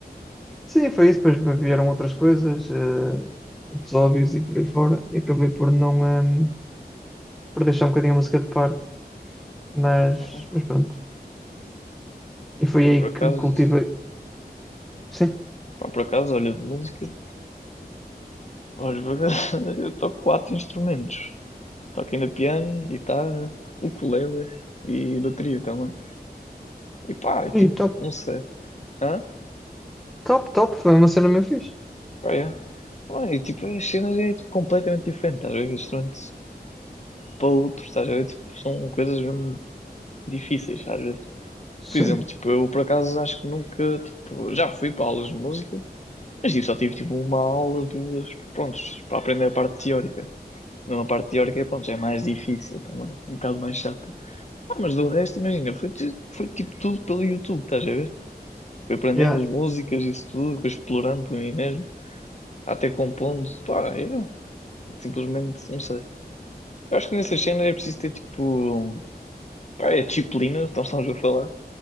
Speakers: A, in the centre; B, on the left.
A: Sim, foi isso. Depois vieram outras coisas, eh, outros óbvios e por aí fora. E acabei por não, eh, por deixar um bocadinho a música de parte. Mas,
B: Yeah.
A: mas pronto. E foi
B: Mas
A: aí
B: por acaso,
A: que cultivei. Sim.
B: pá, por acaso, olha, de música. Olha, por acaso, <laughs> eu toco quatro instrumentos. Toco ainda piano, guitarra, ukulele e bateria também. E pá, é tipo,
A: E top,
B: não sei. Hã?
A: top, top. Foi uma cena mesmo fixe.
B: Ah, é. Ah, e tipo, as cenas é tipo, completamente diferente, às vezes ver? Isto não é para outro, estás a ver? Tipo, são coisas mesmo difíceis, às vezes.
A: Sim.
B: Por exemplo, tipo, eu por acaso acho que nunca, tipo, já fui para aulas de música, mas tipo, só tive tipo uma aula, duas, prontos, para aprender a parte teórica. Não, A parte teórica, pronto, já é mais difícil também, um bocado mais chata. Ah, mas do resto, imagina, foi, ti- foi tipo tudo pelo YouTube, estás a ver? Fui aprendendo
A: Yeah.
B: as músicas, isso tudo, depois explorando por mim mesmo, até compondo, pá, é. Simplesmente, não sei. Eu acho que nessas cenas é preciso ter tipo. Pá, é disciplina, nós estamos a falar.